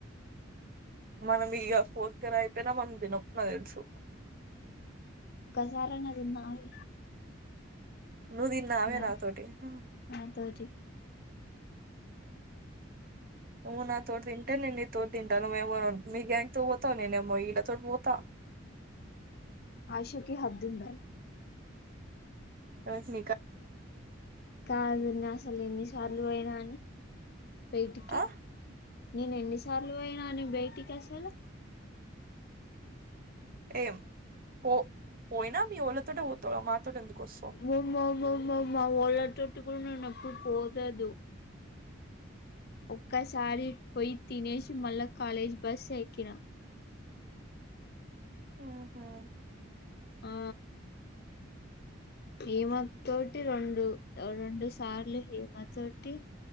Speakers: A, on the right (about 50°); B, on the left (about 55°).
A: మనం ఇగ ఫోర్త్ ఇయర్ అయిపోయినా మనం తినం తెలుసు.
B: సారాంగా తిన్నాయ్
A: నువ్వు తిన్నావే
B: నా
A: నాతోటి ఉమ్,
B: నాతోటి
A: నువ్వు నా తోటి తింటే నే తోటి తింటా నువ్వేమో మీ గ్యాంగ్ తో పోతావు నేనేమో ఈడ త పోతా
B: ఆశకు హద్దు ఉండాలి.
A: ఎవరికి నీకా
B: కాదు నా అసలు ఎన్నిసార్లు పోయినాను బయటికి
A: ఆ
B: నేను ఎన్నిసార్లు పోయినాను అని బయటికి అసలు
A: ఏం పో పోయినా మీ వోళ్ళతోటే పోతావుగా మాతోటి ఎందుకు వస్తావు
B: మో మో మో వాలెట్ స్కూల్ నుండి ఎప్పుడూ పోతాదు ఒక్కసారి పోయి తినేసి మళ్ళా కాలేజీ బస్ ఎక్కినా. <inaudible>
A: ఓహో
B: ఆ హేమ తోటి రెండు రెండు సార్లు హేమ తోటి